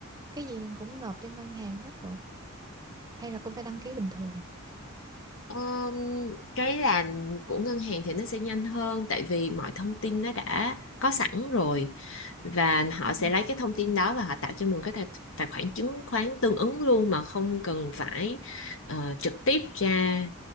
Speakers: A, on the right (about 15°); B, on the left (about 60°).
A: Cái gì cũng nộp cho ngân hàng hết rồi. hay là cũng phải đăng ký bình thường
B: Ờm, cái làm của ngân hàng thì nó sẽ nhanh hơn tại vì mọi thông tin nó đã có sẵn rồi và
A: Ừ.
B: họ sẽ lấy cái thông tin đó và họ tạo cho mình cái tài, tài khoản chứng khoán tương ứng luôn mà không cần phải ờ, trực tiếp ra